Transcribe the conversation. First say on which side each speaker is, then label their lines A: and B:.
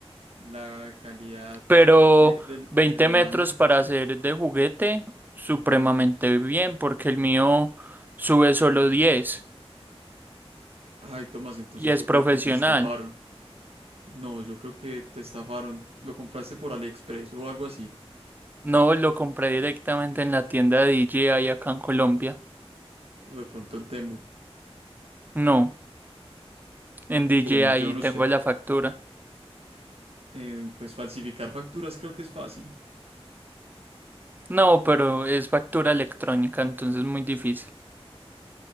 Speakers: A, on the right; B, on the right.
A: La calidad
B: Pero
A: de, del-
B: 20
A: de la
B: metros
A: imagen,
B: para
A: sí.
B: hacer de juguete, supremamente bien, porque el mío sube solo 10
A: Ay, Tomás, entonces
B: y es
A: yo
B: profesional.
A: creo que te estafaron. No, yo creo que te estafaron. Lo compraste por AliExpress o algo así.
B: No lo compré directamente en la tienda de DJI acá en Colombia.
A: O de pronto en Temu.
B: No, en DJI
A: Bueno, yo no
B: tengo
A: sé.
B: la factura.
A: Eh, pues falsificar facturas creo que es fácil.
B: No, pero es factura electrónica, entonces muy difícil.